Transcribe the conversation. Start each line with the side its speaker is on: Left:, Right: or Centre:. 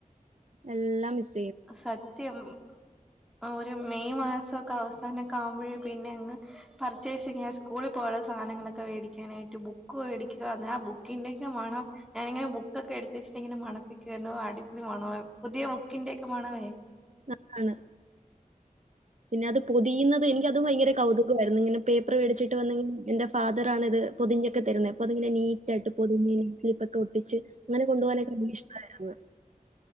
Right: എല്ലാം മിസ്സ്
Centre: സത്യം ആഹ് ഒരു മെയ് മാസമൊക്കെ അവസാനൊക്കെ ആവുമ്പൊഴേ പിന്നെ അങ്ങ് പർച്ചേസിംഗാ സ്കൂളിൽ പോവാനുള്ള സാ സാധങ്ങളൊക്കെമേടിക്കാനായിട്ട് ബുക്ക് മേടിക്കുക ആഹ് ബുക്കിന്റെയൊക്കെ വേണം ഞാനിങ്ങനെ ബുക്കൊക്കെ എടുത്ത് വെച്ച് എന്നിട്ടിങ്ങനെ മണപ്പിക്കുവാരുന്ന് ഓ അടിപൊളി മണവാ പുതിയ ബുക്കിന്റെയൊക്കെ മണവേ
Right: ആഹ് ആണ് പിന്നെ അത് പൊതിയുന്നത് എനിക്ക് അതും ഭയങ്കര കൗതുകമായിരുന്നു ഇങ്ങനെ പേപ്പർ മേടിച്ചിട്ട് വന്ന് എന്റെ ഫാദറാണിത് പൊതിഞ്ഞൊക്കെ തരുന്നെ അപ്പം അതിങ്ങനെ നീറ്റായിട്ട് പൊതിഞ്ഞിങ്ങനെ സ്ലിപ്പ് ഒക്കെ ഒട്ടിച്ച് അങ്ങനെ കൊണ്ട് പോകാനൊക്കെ ഇഷ്ടം ആയിരുന്നു ഉം